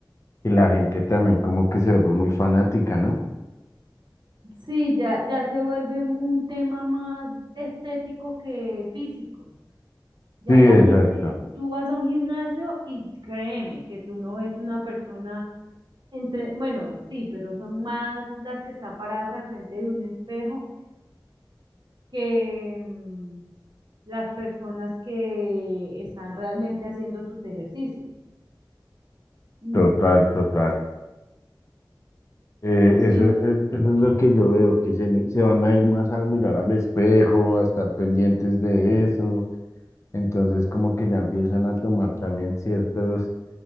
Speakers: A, on the left; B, on the right.
A: que la gente también como que se vuelve muy fanática, ¿no?
B: Sí, ya, ya se vuelve un, un tema más estético que físico. Ya
A: Sí, exacto.
B: la gente, tú vas a un gimnasio y créeme que tú no ves una persona entre, bueno, sí, pero son más las que están paradas al frente de un espejo que mm, las personas que están realmente haciendo sus ejercicios. Mm,
A: Total, total. Eh,
B: Sí,
A: eso, es eso es lo que yo veo, que se, mi- se van a ir más a mirar al espejo, a estar pendientes de eso. Entonces, como que ya empiezan a tomar también ciertos